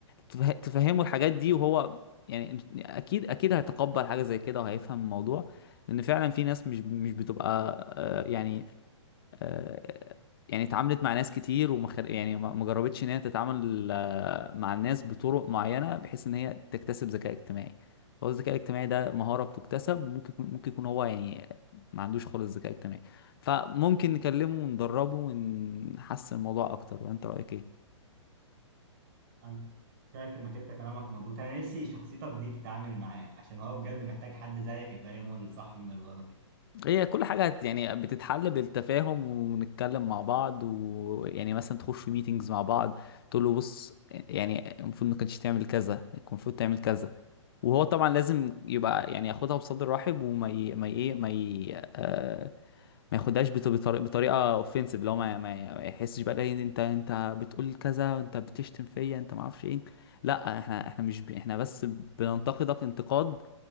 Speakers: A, on the left; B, on the right.
A: تفه- تفهمه الحاجات دي وهو يعني اكيد اكيد هيتقبل حاجة زي كده وهيفهم الموضوع لان فعلا في ناس مش مش بتبقى آه، يعني آه، يعني اتعاملت مع ناس كتير وما خل- يعني ما ما جربتش ان هي تتعامل آه، مع الناس بطرق معينه بحيث ان هي تكتسب ذكاء اجتماعي هو الذكاء الاجتماعي ده مهاره بتكتسب ممكن يكون- ممكن يكون هو يعني ما عندوش خالص ذكاء اجتماعي فممكن نكلمه وندربه ونحسن الموضوع اكتر وانت رايك ايه
B: أنا شايف انك انت كلامك مظبوط انا نفسي شخصيتك دي تتعامل معاه عشان هو بجد محتاج حد زيك يفهمه الصح من الغلط
A: هي كل حاجة هت- يعني بتتحل بالتفاهم ونتكلم مع بعض ويعني مثلا تخش في ميتينجز مع بعض تقول له بص يعني المفروض ما كانش تعمل كذا كان المفروض تعمل كذا وهو طبعا لازم يبقى يعني ياخدها بصدر رحب وما ي... ما ي... ايه ما ي... آه... ما ياخدهاش بط- بطريقة بطريقة اوفنسيف لو ما ما ما يحسش بقى إيه انت انت بتقول كذا وانت بتشتم فيا انت ما اعرفش ايه لا احنا احنا مش ب... احنا بس بننتقدك انتقاد